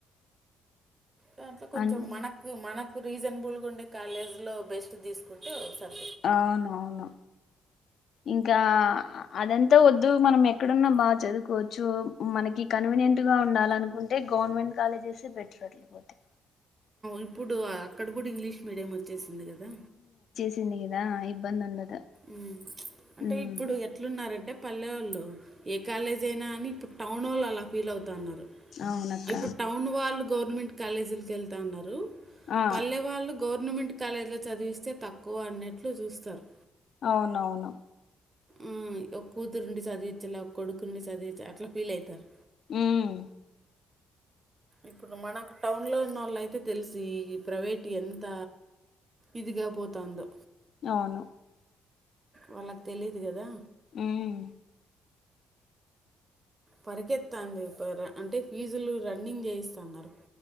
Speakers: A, on the right; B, on the left.
A: దాంట్లో కొంచెం
B: అంతే
A: మనకు మనకు రీజనబుల్గా ఉండే కాలేజ్లో బెస్ట్ తీసుకుంటే సారు
B: అవునువును ఇంకా అదంతా వద్దు మనం ఎక్కడున్నా బాగా చదువుకోవచ్చు మనకి కన్వీనియంట్ గా ఉండాలనుకుంటే గవర్నమెంట్ కాలేజెస్ బెటర్ అట్ల పోతే
A: ఇప్పుడు అక్కడ కూడా ఇంగ్లీష్ మీడియం వచ్చేసింది కదా
B: చ్చింది కదా ఇబ్బంది ఉండదు
A: ఉమ్ అంటే
B: ఉమ్
A: ఇప్పుడు ఎట్లున్నారంటే పల్లె వాళ్ళు ఏ కాలేజ్ అయినా అని ఇప్పుడు టౌన్ వోళ్ళు అలా ఫీల్ అవుతున్నారు
B: అవునక్క
A: ఇప్పుడు టౌన్ వాళ్ళు గవర్నమెంట్ కాలేజీలకి వెళ్తా ఉన్నారు
B: ఆ
A: పల్లెవాళ్ళు గవర్నమెంట్ కాలేజీలో చదివిస్తే తక్కువ అన్నట్లు చూస్తారు
B: అవునవును
A: ఆ ఒక్క కూతురుండి చదివించలా ఒక్క కొడుకు నుండి చదివించలా అట్లా ఫీల్ అయితారు
B: ఉమ్
A: ఇప్పుడు మనకు టౌన్లో ఉన్న వాళ్ళు అయితే తెలిసి ప్రైవేట్ ఎంత ఇదిగా పోతాందో
B: అవును
A: వాళ్ళకి తెలీదు కదా
B: ఉమ్
A: పరిగెత్తంది అంటే ఫీజులు రన్నింగ్ చేయిస్తాన్నారు